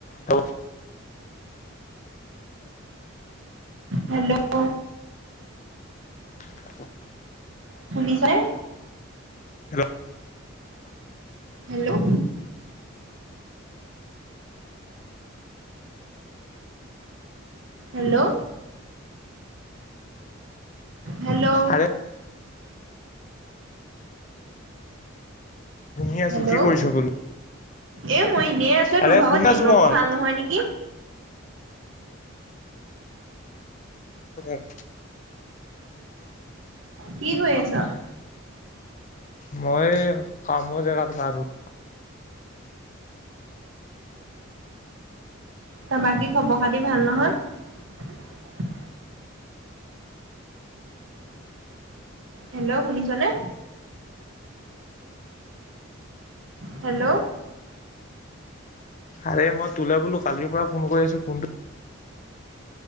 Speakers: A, on the left; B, on the right.
A: অ'
B: hello
A: <unintelligible>
B: শুনিছানে
A: hello
B: hello hello hello
A: আৰে শুনি আছো
B: হেল্ল'
A: কি কৰিছ বোলো
B: এ মই এনেই আছো
A: আৰে
B: তোৰ ভাগৰ
A: শুনি
B: নেটৱৰ্কটো
A: আছো মই
B: ভাল নহয় নেকি।
A: উ <inaudible>
B: কি কৰি আছ?
A: মই এই কাম জেগাত গা ধুব
B: ত বাকী খবৰ খাতি ভাল নহয়। হেল্ল' শুনিছনে? হেল্ল'
A: আৰে মই তোলো বোলো কালিৰ পৰা ফোন কৰি আছো ফোনটো